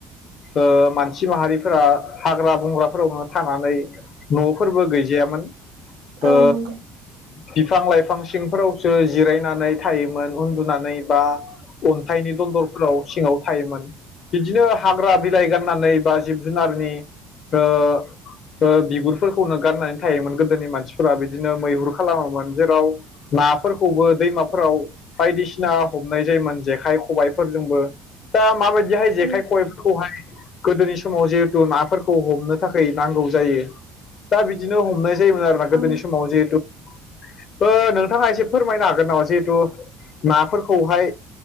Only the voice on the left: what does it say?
ओ मानसि माहारिफोरा हाग्रा बंग्राफोरावनो थानानै न'फोरबो गैजायामोन ओ
बिफां लाइफां सिंफोरावसो जिरायनानै थायोमोन उन्दुनानै बा अन्थाइनि दन्दरफोराव सिङाव थायोमोन बिदिनो हाग्रा बिलाइ गाननानै बा जिब जुनारनि ओ ओ बिगुरफोरखौनो गाननानै थायोमोन गो दोनि मानसिफोरा बिदिनो मैहुर खालामोमोन जेराव नाफोरखौबो दैमाफोराव बायदिसिना हमनाय जायोमोन जेखाइ खबायफोरजोंबो दा मा बेफोर बायदिहाय जेखाइ
खबायफोरखौहाय गोदोनि समाव जिहेथु नाफोरखौ हमनो थाखाय नांगौ जायो दा बिदिनो हमनाय जायोमोन आरो गोदोनि
समाव जिहेथु ओ नोंथाङा एसे फोरमायनो हागोन नामा जिहेथु नाफोरखौहाय